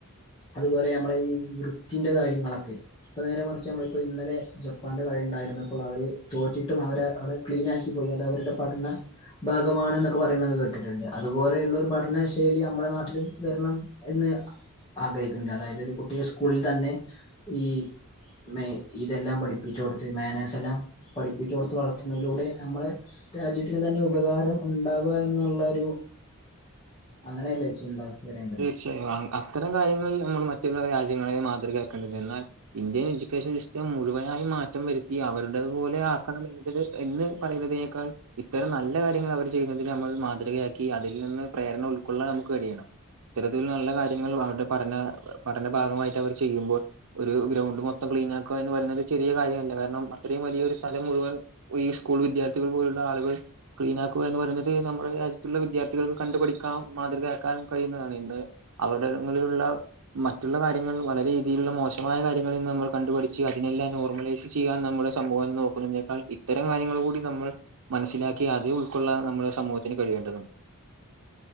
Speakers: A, on the left; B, on the right.
A: അത്പോലെ നമ്മളെ ഈ വൃത്തിന്റെ കാര്യങ്ങളൊക്കെ ഇപ്പ നേരെ മറിച്ച് അമ്മള് ഇപ്പൊ ഇന്നലെ ജപ്പാന്റെ കളിണ്ടായിരുന്നപ്പോൾ അവര് തോറ്റിട്ടും അവരെ അവ ക്ലീനാക്കി പോയി. അത് അവരുടെ പഠന ഭാഗമാണെന്ന ക്ക്പറയിണെ കേട്ടിട്ട്ണ്ട്. അതുപോലെയുള്ളൊരു പഠന ശൈലി അമ്മളെ നാട്ടിലും വെര്ണം എന്ന് ആഗ്രഹിക്കുന്നില്ല. അതായത് ഒരു കുട്ടിയെ സ്കൂളിൽ തന്നെ ഈ മെ ഇതെല്ലാം പഠിപ്പിച്ചൊട്ത്ത് മോനേഴ് സെല്ലാം പഠിപ്പിച്ചൊട്ത്ത് വളർത്തുന്നതിലൂടെ അമ്മള് രാജ്യത്തിന് തന്നെ ഉപകാരം ഉൺ ഉണ്ടാവുക എന്നുള്ളരു അങ്ങനെയല്ലേ ലക്ഷ്യം വരേണ്ടത്.
B: പക്ഷേ അത്തരം കാര്യങ്ങൾ നമ്മൾ മറ്റുള്ള രാജ്യങ്ങളെ മാതൃകയാക്കേണ്ടത്. എന്നാൽ ഇന്ത്യൻ എഡ്യൂക്കേഷൻ സിസ്റ്റം മുഴുവനായി മാറ്റം വരുത്തി. അവരുടത് പോലെ ആക്കണം എന്നതില് എന്ന് പറയുന്നതിനേക്കാൾ. ഇത്തരം നല്ല കാര്യങ്ങൾ അവർ ചെയ്യുന്നതിന് നമ്മൾ മാതൃകയാക്കി അതിൽ നിന്ന് പ്രേരണം ഉൾക്കൊള്ളാൻ നമുക്ക് കഴിയണം. ഇത്തരത്തിൽ നല്ല കാര്യങ്ങൾ അവരുടെ പഠന പഠന ഭാഗമായിട്ട് അവർ ചെയ്യുമ്പോൾ. ഒരു ഗ്രൗണ്ട് മൊത്തം ക്ലീൻ ആക്കുക എന്ന് പറയുന്നത് ഒരു ചെറിയ കാര്യമല്ല. കാരണം അത്രയും വലിയ ഒരു സ്ഥലം മുഴുവൻ. ഈ സ്കൂൾ വിദ്യാർത്ഥികൾ പോലുള്ള ആളുകൾ. ക്ലീൻ ആക്കുക എന്ന് പറയുന്നത് നമ്മുടെ രാജ്യത്തുള്ള വിദ്യാർത്ഥികൾക്ക് കണ്ടു പഠിക്കൻ മാതൃകയാക്കാൻ. കഴിയുന്നതാണ് ഇന്ന് അവിടങ്ങളിലുള്ള. മറ്റുള്ള കാര്യങ്ങൾ വളരെയധികം മോശമായ കാര്യങ്ങളിൽന്ന് നമ്മൾ കണ്ടുപഠിച്ച് അതിനെല്ലാം നോർമലൈസ്. ചെയ്യാൻ നമ്മുടെ സമൂഹം നോക്കുന്നതിനേക്കാൾ ഇത്തരം കാര്യങ്ങൾ കൂടി നമ്മൾ. മനസ്സിലാക്കി അത് ഉൾക്കൊള്ളാൻ നമ്മുടെ സമൂഹത്തിന് കഴിയേണ്ടതുണ്ട്.